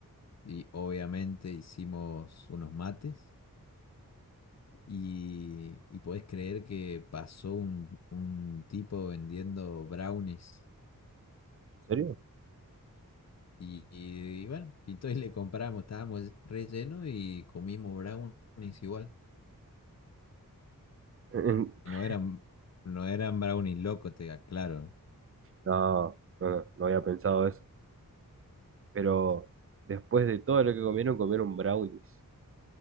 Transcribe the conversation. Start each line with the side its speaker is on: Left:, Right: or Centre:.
Left: y obviamente hicimos unos mates. Y, y podés creer que pasó un, un tipo vendiendo brownies.
Right: ¿En serio?
Left: Y, y- y bueno, pintó y le compramos. Estábamos rellenos y comimos brownies igual.
Right: <laughs>
Left: Y no eran, no eran brownies locos, te aclaro.
Right: No, no, no, no había pensado eso. Pero después de todo lo que comieron, comieron brownies.